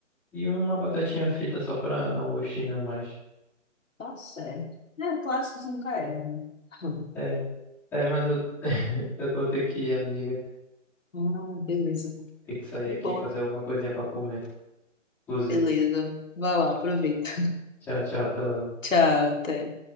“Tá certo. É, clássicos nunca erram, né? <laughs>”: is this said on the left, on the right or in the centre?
Left